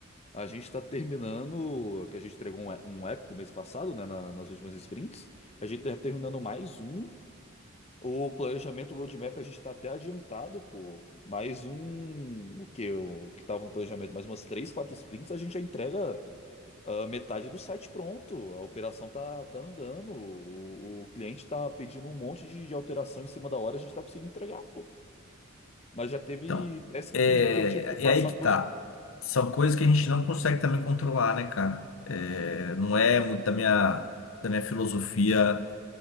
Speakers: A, on the left (about 30°); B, on the left (about 70°).
A: A gente tá terminando, que a gente entregou um, é- um épico mês passado, né? na- nas últimas sprints. A gente tá terminando mais um. O planejamento roadmap a gente tá até adiantado, pô. Mais um. O que? O que tava no planejamento? Mais umas três, quatro sprints, a gente já entrega. Ah, metade do site pronto, a operação tá, tá andando, o, o cliente tá pedindo um monte de, de alteração em cima da hora, a gente tá conseguindo entregar, pô. Mas já teve
B: Então,
A: task
B: é,
A: que, que eu tive que passar
B: é aí que
A: pros
B: tá.
A: meus.
B: São coisas que a gente não consegue também controlar, né, cara? É, não é muito da minha, da minha filosofia